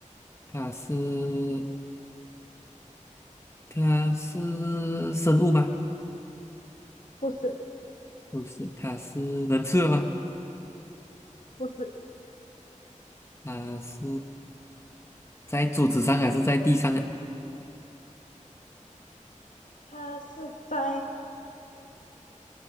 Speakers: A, on the left (about 20°); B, on the left (about 75°).
A: 它是它是生物吗？
B: 不是，
A: 不是，它是能吃的吗？
B: 不是，
A: 它是在桌子上还是在地上的？
B: 他是在，